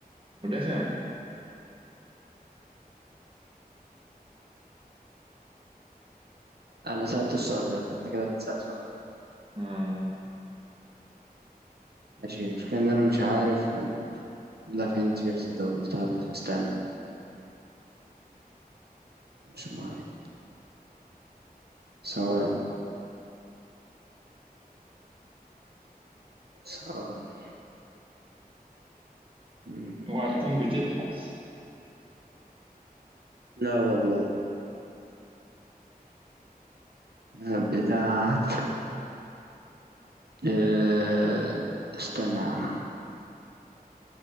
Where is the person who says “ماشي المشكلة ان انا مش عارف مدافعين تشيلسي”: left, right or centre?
Right